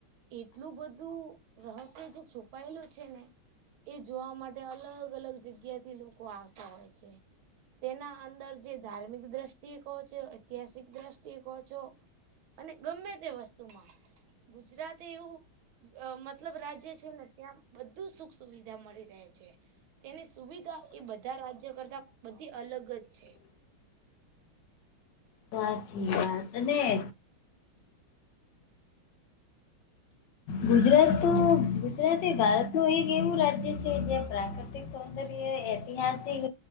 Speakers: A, on the right; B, on the left.
A: એટલું બધું રહસ્ય, જે છુપાયેલું છે ને. એ જોવા માટે અલગ અલગ જગ્યાથી લોકો આવતા હોય છે. તેના અંદર, જે ધાર્મિક દ્રષ્ટિએ કહો છો, ઐતિહાસિક દ્રષ્ટિએ કોહો છો. અને ગમે તે વસ્તુમાં ગુજરાતી એવું. અ મતલબ રાજ્ય છે ને, ત્યાં બધું સુખ સુવિધા મળી રહે છે. તેની સુવિધા એ બધા રાજ્ય કરતા બધી અલગ જ છે.
B: સાચી વાત છે. ગુજરાત તો ગુજરાત એ ભારતનું એક એવું રાજ્ય છે, જ્યાં પ્રાક સૌંદર્ય, ઐતિહાસિક.